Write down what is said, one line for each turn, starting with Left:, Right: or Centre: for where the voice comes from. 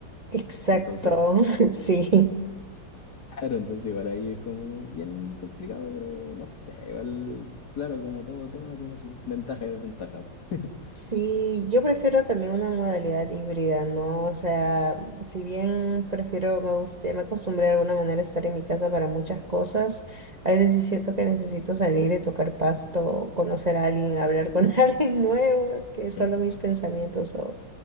Right: exacto,
Left: Entonces,
Right: <laughs> sí.
Left: claro, entonces igual ahí es como bien complicado, pero no sé, igual, claro, como todo tema tiene sus ventajas y desventajas. <laughs>
Right: Sí, yo prefiero también una modalidad híbrida, ¿no? O sea, si bien prefiero, me gusta, me acostumbré de alguna manera a estar en mi casa para muchas cosas, a veces sí siento que necesito salir y tocar pasto, conocer a alguien, hablar con <laughs> alguien nuevo, que solo
Left: Mm,
Right: mis pensamientos o...